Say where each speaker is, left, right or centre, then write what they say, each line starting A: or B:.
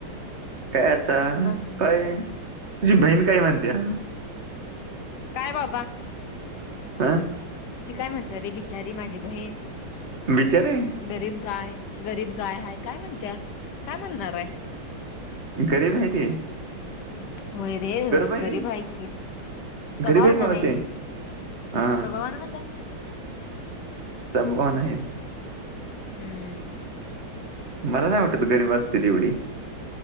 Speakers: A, on the right; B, on the left.
A: काय आता
B: मग
A: काय तुझी बहीण काय म्हणते या.
B: काय बाबा.
A: आं.
B: ती काय म्हणते अरे बिचारी माझी बहीण
A: विचार आहे
B: गरीब गाय. गरीब गाय हाय काय म्हणत्या काय म्हणारय.
A: गरीब आहे ती
B: होय रे होय
A: आहे
B: गरीब
A: ती
B: हाय की. स्वभावान
A: गरीब आहेत मावशे
B: रे
A: हा
B: स्वभावान म्हणत.
A: सभवना आहेत.
B: हम्म.
A: मला नाही वाटत गरीब असतील एवढी.